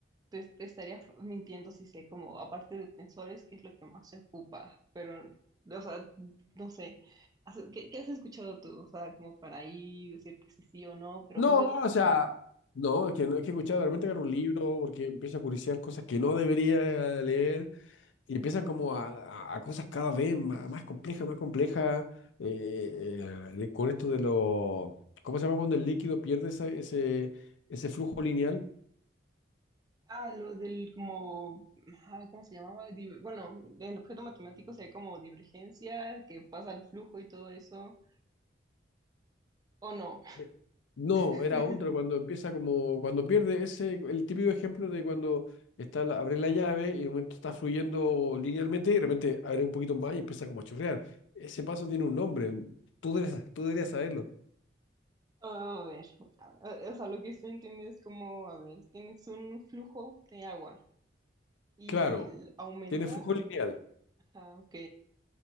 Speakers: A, on the right; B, on the left.
A: te, te estaría f- mintiendo si sé, como, aparte de tensores, qué es lo que más se ocupa. Pero, o sea, no sé, Has- ¿qué, qué has escuchado tú? O sea, como para ahí decirte si sí o no, pero
B: No,
A: pues yo,
B: no, o sea, no, es que, no, es que he escuchado de repente agarro un libro porque empiezo a curiosear cosas que no debería leer y empiezan como a, a- a cosas cada vez más, más complejas, más complejas, eh, eh, de- con esto de los, ¿cómo se llama cuando el líquido pierde ese, ese, ese flujo lineal?
A: Ah, lo del como, ah, ¿cómo se llamaba? Diver- bueno, en objeto matemático se ve como divergencia, que pasa el flujo y todo eso, o no.
B: Eh, No,
A: <laughs>
B: era otro, cuando empieza como, cuando pierde, ese, el típico ejemplo de cuando está la, abre la llave y en un momento está fluyendo linealmente y de repente abre un poquito más y empieza como a chorrear. Ese paso tiene un nombre, tú debes, tú deberías saberlo.
A: Oh, A ver, a ver, o sea, lo que estoy entendiendo es como, a ver, tienes un flujo de agua y
B: Claro,
A: l- aumenta,
B: tiene flujo lineal
A: ajá, ok,